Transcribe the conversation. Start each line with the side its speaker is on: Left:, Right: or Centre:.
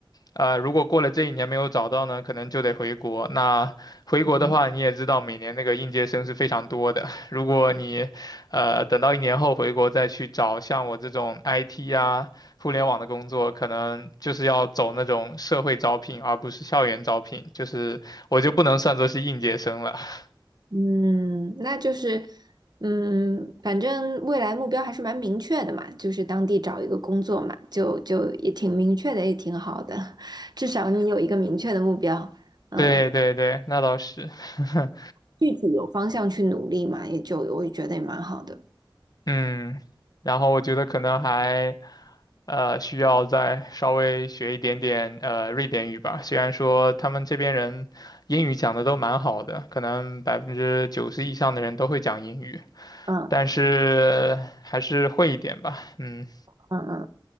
Left: 呃，如果过了这一年没有找到呢，可能就得回国。那回国的话，
Right: 嗯。
Left: 你也知道，每年那个应届生是非常多的，如果你，呃，等到一年后回国再去找像我这种 IT 啊、互联网的工作，可能就是要走那种社会招聘，而不是校园招聘，就是。我就不能算作是应届生了。<laughs>
Right: 嗯，那就是，嗯，反正未来目标还是蛮明确的嘛，就是当地找一个工作嘛，就就也挺明确的，也挺好的，<laughs> 至少你有一个明确的目标，嗯，
Left: 对对对，那倒是，<laughs>
Right: 具体有方向去努力嘛，也就我也觉得也蛮好的，
Left: 嗯，然后我觉得可能还，呃，需要再稍微学一点点呃瑞典语吧。虽然说他们这边人英语讲的都蛮好的，可能百分之九十以上的人都会讲英语，
Right: 嗯
Left: 但是还是会一点吧，嗯
Right: 嗯嗯。